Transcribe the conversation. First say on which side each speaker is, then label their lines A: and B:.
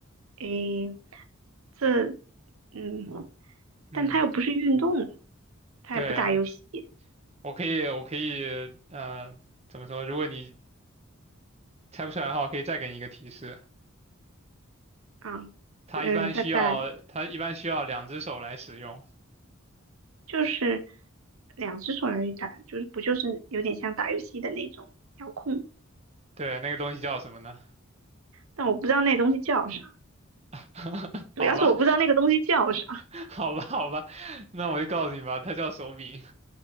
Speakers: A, on the right; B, on the right.
A: 诶，这，嗯，
B: 嗯，
A: 但他又不是运动，他也不打游戏
B: 对，我可以，我可以，呃，怎么说？如果你猜不出来的话，我可以再给你一个提示。
A: 啊，
B: 它一般需要，
A: 嗯，再再来
B: 它一般需要两只手来使用。
A: 就是两只手来打，就是不就是有点像打游戏的那种遥控，
B: 对，那个东西叫什么呢？
A: 但我不知道那东西叫啥，
B: <laughs> 好吧，
A: 主要是我不知道那个东西叫啥，
B: <laughs> 好吧，好吧，那我就告诉你吧，它叫手柄。